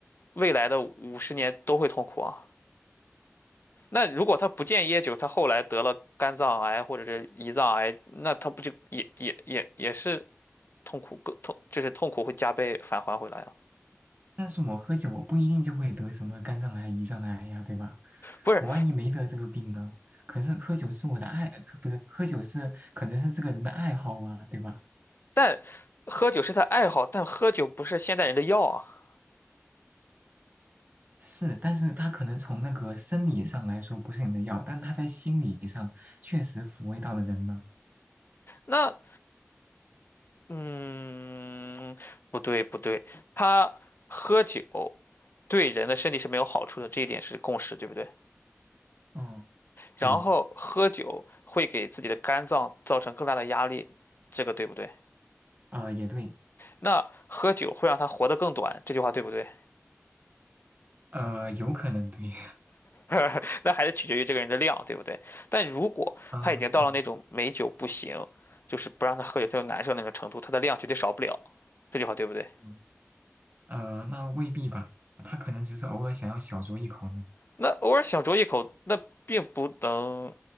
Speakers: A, on the left; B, on the right.
A: 未来的五十年都会痛苦啊。那如果他不戒烟酒，他后来得了肝脏癌或者是胰脏癌，那他不就也也也也是痛苦更痛，就是痛苦会加倍返还回来啊？
B: 但是我喝酒，我不一定就会得什么肝脏癌、胰脏癌呀，对吧？
A: 不是，
B: 我万一没得这个病呢？可是喝酒是我的爱，可不是喝酒是可能是这个人的爱好啊，对吧？
A: 但喝酒是他爱好，但喝酒不是现代人的药啊。
B: 是，但是他可能从那个生理上来说不是你的药，但他在心理上确实抚慰到了人呢。
A: 那嗯，不对不对，他喝酒对人的身体是没有好处的，这一点是共识，对不对？
B: 嗯，对，
A: 然后喝酒会给自己的肝脏造成更大的压力，这个对不对？
B: 呃，也对，
A: 那喝酒会让他活得更短，这句话对不对？
B: 呃，有可能对，
A: <laughs> 那还是取决于这个人的量，对不对？但如果他已经到了那种美酒不行，
B: <laughs> 嗯嗯
A: 就是不让他喝酒，他就难受那种程度，他的量绝对少不了，这句话对不对？
B: 嗯，呃，那未必吧，他可能只是偶尔想要小酌一口呢。
A: 那偶尔小酌一口，那并不能，